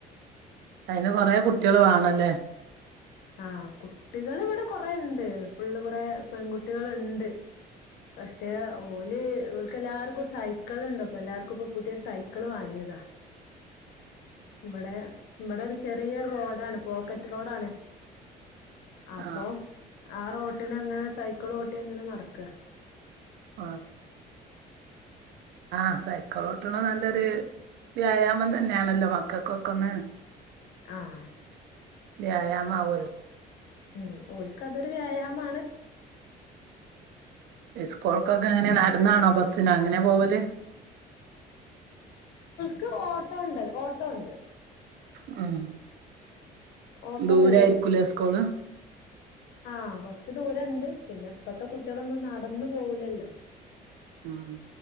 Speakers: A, on the right; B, on the left.
A: അയിന് കൊറെ കുട്ടെൾ വാണം ലെ
B: ആ കുട്ടികൾ ഇവടെ കൊറെ ഇണ്ട് ഫുള്ള് കുറെ പെൺകുട്ടികൾ ഇണ്ട് പക്ഷെ ഓല് ഓല്ക്ക് എല്ലാർക്കും സൈക്കൾ ഇണ്ട് അപ്പം എല്ലാർക്കും ഇപ്പം പുതെ സൈക്കൾ വാങ്ങിയതാ ഇവടെ ഇബടെ ഒര് ചെറിയ റോ ഡാണ് പോക്കറ്റ് റോഡാണ് അപ്പൊ
A: ആ
B: ആ റോട്ടിനങ്ങനെ സൈക്കൾ ഓട്ടി അങ്ങനെ നട്ക്കാ
A: ആ ആ സൈക്കളോട്ട്ണെ നല്ലൊര് വ്യായാമം തന്നെയാണല്ലോ മക്കക്കൊക്കെ ഒന്ന്
B: ആഹ്
A: വ്യായാമം ആവു
B: മ് ഓല്ക്ക് അതൊരു വ്യായാമാണ്.
A: ഇസ്കൂൾക്കൊക്കെ എങ്ങനെ നട്ന്നാണോ ബസ്സിനോ എങ്ങനെ പോവല്?
B: ക്ക് ഓട്ടോ ഉണ്ട് ഓട്ടോ ഉണ്ട്.
A: മ്മ്
B: ഓട്ടോ
A: ദൂരായിരിക്കൂലേ
B: വരും
A: സ്കൂള്
B: ആഹ് കൊറച്ചു ദൂരമുണ്ട് പിന്നെ ഇപ്പത്തെ കുട്ടികളൊന്നും നടന്നു പോകുലല്ലോ
A: മ്മ്